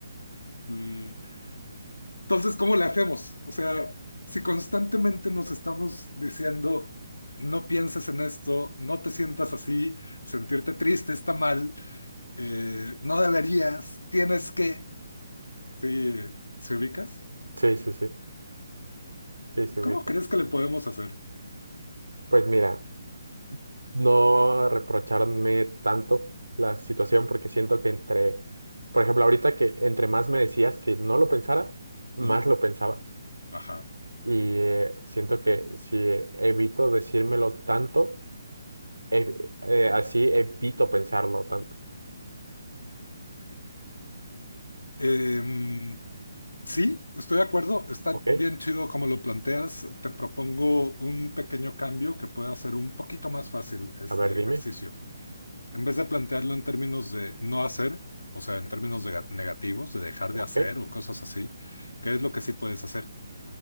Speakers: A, on the left (about 75°); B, on the right (about 85°).
A: Mm, Entonces, ¿cómo le hacemos? O sea, si constantemente nos estamos diciendo, no pienses en esto, no te sientas así, sentirte triste está mal, eh, no deberías, tienes que. Sí, ¿se ubicas?
B: Sí, sí, sí. Sí, sí, ubico.
A: ¿Cómo crees que le podemos hacer?
B: Pues mira, no reprocharme tanto la situación porque siento que entre, por ejemplo, ahorita que entre más me decías que no lo pensara, más
A: <laughs>
B: lo pensaba.
A: Ajá.
B: Y eh, siento que si evito decírmelo tanto, ev- eh, así evito pensarlo tanto.
A: Em, sí, estoy de acuerdo, está
B: ¿Ok?
A: bien chido como lo planteas. Te propongo un pequeño cambio que pueda hacer un poquito más fácil este
B: A ver, dime.
A: ejercicio. En vez de plantearlo en términos de no hacer, o sea, en términos de negativos, de dejar
B: ¿Ok?
A: de hacer o cosas así, ¿qué es lo que sí puedes hacer?